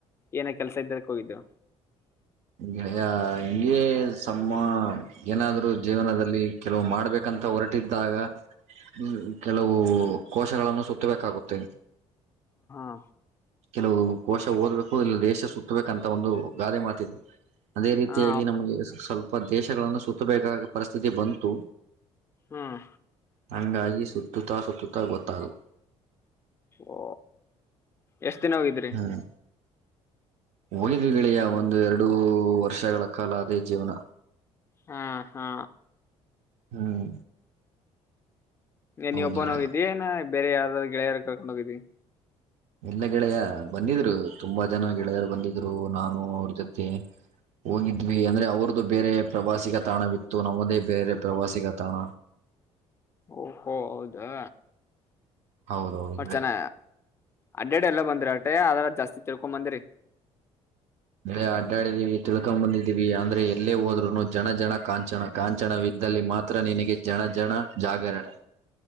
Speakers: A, on the left (about 20°); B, on the right (about 70°).
A: ಏನ ಕೆಲ್ಸ ಇದ್ದಕ ಹೋಗಿದ್ದೊ.
B: ಹ್ಯ ಹಿಂಗೆ ಸಮ್ಮೋ ಏನಾದ್ರ ಜೀವನದಲ್ಲಿ ಕೆಲವು ಮಾಡ್ಬೇಕಂತ ಹೊರ ತ್ತಾಗ ಹ್ಮ್ ಕೆಲವು ಕೋಶಗಳನ್ನು ಸುತ್ತಬೇಕಾಗುತ್ತೆ..
A: ಹ್
B: ಕೆಲವು ಕೋಶ ಓದ್ಬೇಕು ಇಲ್ಲ ದೇಶ ಸುತ್ತಬೇಕಂತ ಒಂದು ಗಾದೆ ಮಾತಿದೆ. ಅದೇ ರೀತಿಯಾಗಿ
A: ಹಾ
B: ನಮಗೆ ಸ್ವಲ್ಪ ದೇಶಗಳನ್ನು ಸುತ್ತಬೇಕಾಗಿ ಪರಿಸ್ಥಿತಿ ಬಂತು.
A: ಹ್ಮ್
B: ಹಂಗಾಗಿ ಸುತ್ತುತ್ತಾ ಸುತ್ತುತ್ತಾ ಗೊತ್ತಾಗು.
A: ಓ ಎಷ್ಟ ದಿನ ಹೋಗಿದ್ರಿ.
B: ಹ್ಮ್ ಹೋಗಿದ್ವಿ ಗೆಳೆಯ ಒಂದು ಎರಡು ವರ್ಷಗಳ ಕಾಲ ಅದೇ ಜೀವನ.
A: ಹಾ ಹಾ
B: ಹ್ಮ್
A: ಏನ್
B: ಹೌದು
A: ನಿ ಒಬ್ಬೋನೆ
B: ಗೆಳೆಯ
A: ಹೋಗಿದ್ದಿ ಎನ್ ಬೇರೆ ಯಾವ್ದಾದ್ರು ಗೆಳೆಯರು ಕರ್ಕೊಂಡು ಹೋಗಿದ್ದಿ.
B: ಎಲ್ಲ ಗೆಳೆಯ ಬಂದಿದ್ರು ತುಂಬಾ ಜನ ಗೆಳೆಯರು ಬಂದಿದ್ರು ನಾನು ಅವ್ರಿ ಜೊತೆ ಹೋಗಿದ್ದ ನಮಿಗೆ ಅಂದ್ರೆ ಅವ್ರದ್ದು ಬೇರೆ ಪ್ರವಾಸಿಗ ತಾಣ ವಿತ್ತು ನಮ್ಮದೇ ಬೇರೆ ಪ್ರವಾಸಿಗ ತಾಣ
A: ಓಹೋ ಹೌದಾ.
B: ಹೌದೌದು
A: ಹೊಟ್ ಚೆನ್ನ ಅಡ್ಡ ಅಡ್ ಎಲ್ಲ ಬಂದ್ರಿ ಅಟ ಅದ್ರ ಜಾಸ್ತಿ ತಿಳ್ಕೊ ಬಂದ್ರಿ
B: <unintelligible> ನ ಅಡ್ಡಾಡಿದೀವಿ ತಿಳ್ಕೊಂಡ ಬಂದಿದ್ದೀವಿ ಅಂದ್ರೆ ಎಲ್ಲೇ ಹೋದ್ರುನು ಜನ ಜನ ಕಾಂಚನ ಕಾಂಚನವಿದ್ದಲ್ಲಿ ಮಾತ್ರ ನಿನಗೆ ಜನ ಜನ ಜಾಗರಣೆ